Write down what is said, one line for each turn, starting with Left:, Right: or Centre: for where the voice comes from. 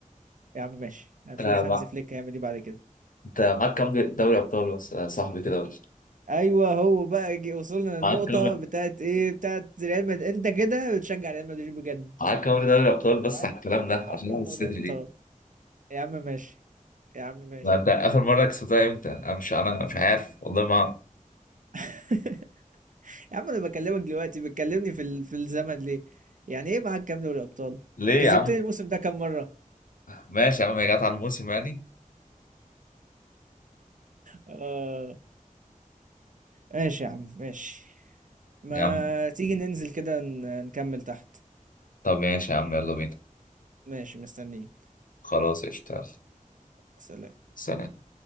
Right: يا عم ماشي هنشوف
Left: انت مع-
Right: هانز فليك هيعمل ايه بعد كده
Left: انت معاك كام دوري ابطال بس يا صاحبي كده بس
Right: ايوه هو بقى جي وصلنا
Left: معاك
Right: للنقطة
Left: كام
Right: بتاعت ايه بتاعت ريال مدريد انت كده بتشجع ريال مدريد بجد
Left: معاك كام دوري ابطال بس
Right: معاك
Left: على الكلام ده
Right: معاك
Left: عشان
Right: كام
Left: اعمل الصدر
Right: دوري ابطال يا عم ماشي يا عم ماشي
Left: ما انت اخر مره كسبتها امتى انا مش انا مش عارف والله ما اعرف
Right: <laughs> يا عم انا بكلمك دلوقتي بتكلمني في ال... في الزمن ليه يعني ايه معاك كام دوري ابطال
Left: ليه
Right: كسبتني
Left: يا عم
Right: الموسم ده كام مرة
Left: ماشي يا عم هي جت على الموسم يعني
Right: آه... ماشي يا عم ماشي ما
Left: يا عم
Right: تيجي ننزل كده ن- نكمل تحت
Left: طب ماشي يا عم يلا بينا
Right: ماشي مستنيك
Left: خلاص اشتغل
Right: سلام
Left: سلام